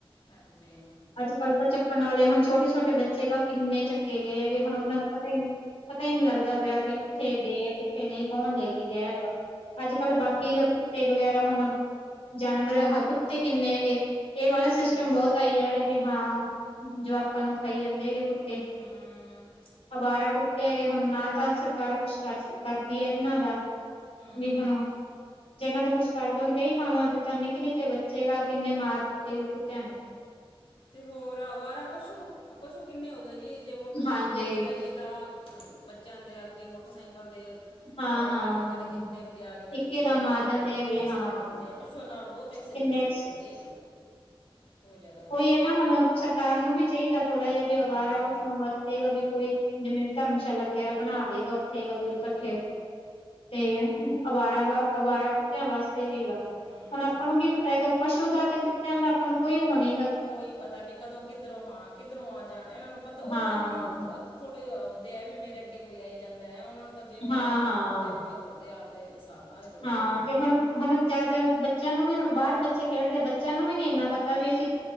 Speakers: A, on the left; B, on the left.
A: ਹਾਂਜੀ।
B: ਅੱਜ -ਕੱਲ੍ਹ ਤਾਂ ਚੱਕ ਬਨਾਲੇ ਹੁਣ ਛੋਟੇ -ਛੋਟੇ ਬੱਚੇ ਗ ਕਿੰਨੇ ਚੱਕੇ ਗਏ ਹੈਗੇ ਹੁਣ ਉਹਨਾਂ ਦਾ ਪਤਾ ਹੀ ਪਤਾ ਹੀ ਨਹੀਂ ਲੱਗਦਾ। ਵੀ ਕਿੱਥੇ ਗਏ ਆ ਕਿੱਥੇ ਨਹੀਂ ਕੌਣ ਲੈ ਕੇ ਗਿਆ ਹੈਗਾ ਅੱਜ ਕੱਲ
A: ਹਾਂਜੀ
B: ਬਾਕੀ। ਕੁੱਤੇ ਵਗੈਰਾ ਹੁਣ ਜਾਨਵਰ ਆ ਕੁੱਤੇ ਕਿੰਨੇ ਹੈਗੇ ਇਹ ਵਾਲੇ
A: ਹਾਂਜੀ
B: ਸਟਮ ਬਹੁਤ ਆਈ ਯਾਰ ਵੀ ਹਾਂ ਜਵਾਕਾਂ ਨੂੰ ਖਾਈ ਜਾਂਦੇ। ਕੁੱਤੇ,
A: ਹਮ
B: ਅਬਾਰਾ ਕੁੱਤੇ। ਤੇ ਹੈਗੇ ਹੁਣ ਨਾ ਤਾਂ ਸਰਕਾਰ ਕੁਛ ਕਰ ਕਰਦੀ ਹੈ ਇਹਨਾਂ ਦਾ
A: ਹਮ
B: ਵੀ ਹੁਣ। ਜਿਹਨਾਂ ਦਾ ਕੁਛ ਕਰਦੇ ਹੋ ਹੁਣ ਕਈ ਥਾਵਾਂ ਤੇ ਤਾਂ ਨਿੱਕੇ- ਨਿੱਕੇ ਬੱਚੇ ਗ ਕਿੰਨੇ ਮਾਰ ਦਿੱਤੇ ਕੁੱਤਿਆਂ ਨੇ।
A: ਤੇ ਹੋਰ ਆ, ਵਾਰਾ ਪਸੂ- ਪਸੂ ਕਿੰਨੇ ਹੋ ਗਏ ਜੀ, ਜੇ ਮੋਟਰਸਾਈਕਲ
B: ਹਾਂਜੀ
A: ਲੈਕੇ ਜਾਈਏ ਤਾ, ਬੱਚਿਆਂ ਦੇ ਅੱਗੇ, ਮੋਟਰਸਾਈਕਲ ਦੇ
B: ਹਾਂ
A: ਲੜਾਈ
B: ਹਾਂ
A: ਕਰਦੇ, ਕਦੇ ਕਿੰਨਦੇ ਅੱਗੇ ਆ ਗਏ -ਕਦੇ
B: ਇੱਕੇ
A: ਕਿੰਨਦੇ
B: ਦਮ
A: ਅੱਗੇ ਆ
B: ਜਾਂਦੇ
A: ਗਏ, ਕਿੰਨੇ
B: ਹੈਗੇ
A: ਐਕਸੀਡੈਂਟ
B: ਹਾਂ
A: ਹੁੰਦੇ ਆ, ਪਸ਼ੂਆਂ ਨਾਲ ਬਹੁਤ ਐਕਸੀਡੈਂਟ
B: ਕਿੰਨੇ
A: ਹੁੰਦੀ ਹੈ ਜੀ, ਕੋ ਜਿਆਦਾ
B: ਓਹੀ ਹੈ ਨਾ, ਹੁਣ- ਸਰਕਾਰ ਨੂੰ ਵੀ ਚਾਹੀਦਾ ਥੋੜਾ ਜਿਹਾ, ਵੀ
A: ਹਮ
B: ਅਵਾਰਾ ਪਸੂਆਂ ਵਾਸਤੇਗਾ ਵੀ ਕੋਈ ਜਿਵੇਂ ਧਰਮਸ਼ਾਲਾ ਵਗੈਰਾ ਬਣਾ ਦੇਗਾ, ਉੱਥੇਗਾ ਵੀ
A: ਹਾਂਜੀ
B: ਇਕੱਠੇ ਤੇ ਅਵਾਰਾਂ ਵ ਅਬਾਰਾਂ- ਕੁੱਤਿਆਂ 'ਵਾਸਤੇ ਵੀਗਾ
A: ਹਮ
B: ਹੁਣ ਆਪਾਂ ਨੂੰ ਕੀ ਪਤਾ ਹੈਗਾ 'ਪਸੂ' ਦਾ ਤੇ 'ਕੁੱਤਿਆਂ' ਦਾ ਆਪਾਂ ਨੂੰ ਕੋਈ ਉਹ ਨਹੀਂ
A: ਕੋਈ ਪਤਾ ਨੀ ਕਦੋਂ ਕਿੱਧਰੋਂ ਹਾਂ ਕਿੱਧਰੋਂ ਆ ਜਾਣ, ਇਹਨਾਂ ਨੂੰ ਪਤਾ ਉਹ
B: ਹਾਂ,
A: ਤਾਂ ਇਹਨਾਂ ਨੂੰ ਥੋੜ੍ਹੇ ਆਉਦੇ ਆ ਵੀ ਮੇਰੇ ਅੱਗੇ ਕੋਈ ਆਈ ਜਾਂਦਾ ਐ ਓਨਾਂ ਨੂੰ ਤਾਂ ਜਿਵੇਂ
B: ਹਾਂ,
A: ਓ
B: ਹਾਂ।
A: ਤੁਰਦੇ ਓਵੇ ਤੁਰਦੇ ਆਦੇ, ਹਿਸਾਬ ਨਾਲ ਤੁਰਦੇ
B: ਹਾਂ,
A: ਆ ਉਹ ਤਾਂ
B: ਤੇ ਹੁਣ ਹੁਣ ਜਾਦਾ ਬੱਚਿਆਂ ਨੂੰ ਵੀ ਹੁਣ ਬਾਹਰ ਬੱਚੇ ਖੇਡਦੇ, ਬੱਚਿਆਂ ਨੂੰ ਵੀ ਨੀ ਐਨਾ ਪਤਾ ਵੀ ਅਸੀਂ